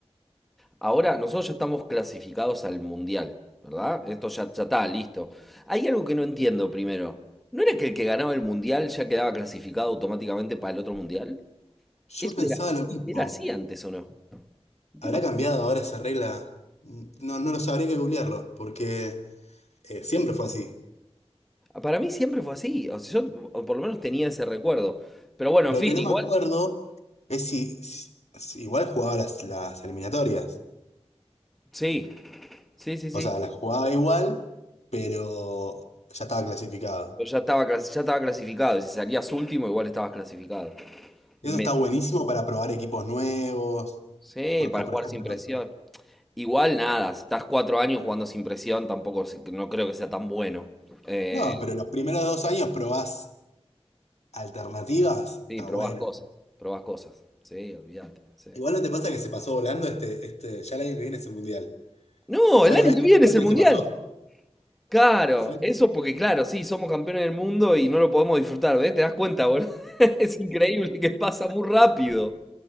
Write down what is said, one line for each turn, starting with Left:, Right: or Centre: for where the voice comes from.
Centre: ahora nosotros ya estamos clasificados al mundial, ¿verdad? Esto ya, ya está, listo. Hay algo que no entiendo primero. ¿No era que el que ganaba el mundial ya quedaba clasificado automáticamente para el otro mundial?
Left: Yo
Centre: Eso
Left: pensaba
Centre: era,
Left: lo mismo.
Centre: era así antes, ¿o no? ¿Y ¿Qué
Left: ¿Habrá
Centre: pasó?
Left: cambiado ahora esa regla? Mm, No, no lo sabría que googlearlo, porque eh, siempre fue así.
Centre: Para mí siempre fue así, o sea, yo o por lo menos tenía ese recuerdo. Pero bueno,
Left: Lo
Centre: en fin,
Left: que no
Centre: igual,
Left: me acuerdo es si, si- si igual jugaba las, las eliminatorias.
Centre: sí, sí, sí, sí.
Left: O sea, las jugaba igual, pero ya estaba clasificado.
Centre: Pero ya estaba, clas- ya estaba clasificado, y si salías último, igual estabas clasificado.
Left: Y
Centre: Me-
Left: Eso está buenísimo para probar equipos nuevos,
Centre: sí,
Left: porque,
Centre: para
Left: por
Centre: jugar
Left: ejemplo,
Centre: sin presión. Igual nada, si estás cuatro años jugando sin presión, tampoco se- no creo que sea tan bueno. Eh,
Left: no, pero los primeros dos años probás alternativas,
Centre: sí,
Left: está
Centre: probás
Left: bueno.
Centre: cosas, probás cosas. Sí, olvídate, sí.
Left: Igual no te pasa que se pasó volando este, este, ya el año que viene es el mundial.
Centre: No,
Left: Fue
Centre: el año
Left: la vez
Centre: que
Left: que
Centre: viene
Left: más
Centre: es
Left: rápido
Centre: el mundial.
Left: se pasó.
Centre: Claro,
Left: Fue-
Centre: eso porque claro, sí, somos campeones del mundo y no lo podemos disfrutar, ¿ves? ¿Te das cuenta, boludo? <laughs> Es increíble que pasa muy rápido.